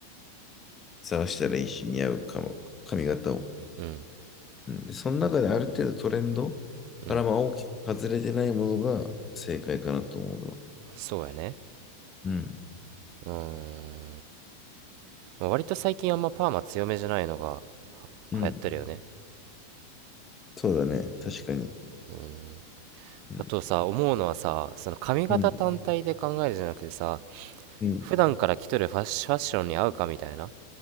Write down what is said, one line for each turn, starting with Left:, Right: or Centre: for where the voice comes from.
Left: 探したらいいし、似合うかも、髪型を。
Right: うん
Left: うんその中である程度トレンドからまあ大きく外れてないものが正解かなと思うの。
Right: うんそうやね
Left: うん、
Right: うーん、まあ、割と最近あんまパーマ強めじゃないのが
Left: うん、
Right: 流行ってるよね
Left: そうだね。確かに。
Right: うん
Left: うん、
Right: あとさ思うのはさその髪型単体で考えるじゃなくてさ
Left: うん、うん、
Right: 普段から着とるファッシファッションに合うかみたいな。